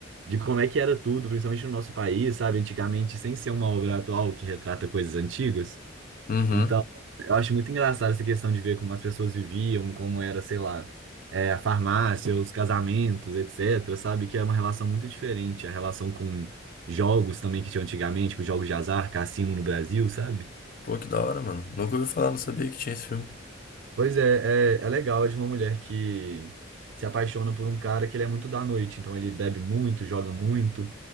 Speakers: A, on the right; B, on the left.
A: de como é que era tudo, principalmente no nosso país, sabe, antigamente, sem ser uma obra atual que retrata coisas antigas.
B: Uhum.
A: Então, eu acho muito engraçado essa questão de ver como as pessoas viviam, como era, sei lá, é, a farmácia, os casamentos, etc., sabe, que é uma relação muito diferente, a relação com jogos também que tinha antigamente, tipo jogos de azar, cassino no Brasil, sabe?
B: Pô, que da hora, mano. Nunca ouvi falar, não sabia que tinha esse filme.
A: Pois é, é, é legal é de uma mulher que se apaixona por um cara que ele é muito da noite, então ele bebe muito, joga muito,